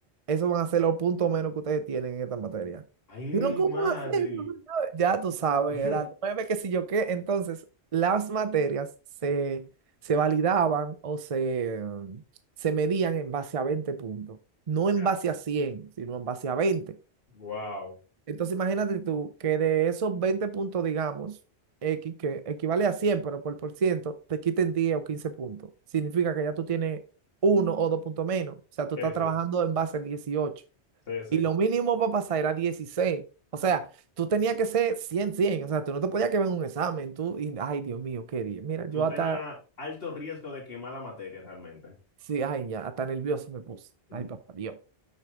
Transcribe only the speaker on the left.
Ay,
mi
madre.
<laughs>
Ya,
wow.
Sí,
sí,
sí, sí.
Tú
tenías alto riesgo de quemar la materia realmente.
Mm.